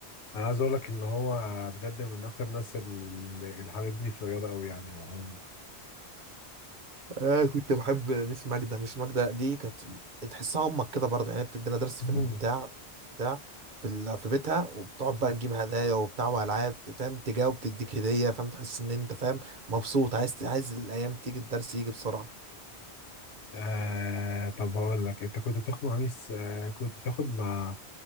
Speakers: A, on the left; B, on the right.
A: انا عايز اقول لك ان هو بجد من اكتر الناس اللي اللي حبيبني في الرياضه قوي يعني وعموماً.
B: آه كنت بحب ميس ماجدة ميس ماجدة دي كانت تحسها امك كده برضه يعني بتدينا درس
A: مم.
B: في البتاع بتاع في ال... في بيتها وبتقعد بقى تجيب هدايا وبتاع والعاب فاهم تجاوب تديك هدية فاهم تحس ان انت فاهم مبسوط عايز عايز الايام تيجي الدرس يجي بسرعة
A: آه طب هقول لك انت كنت بتاخد مع مين س- آه كنت بتاخد مع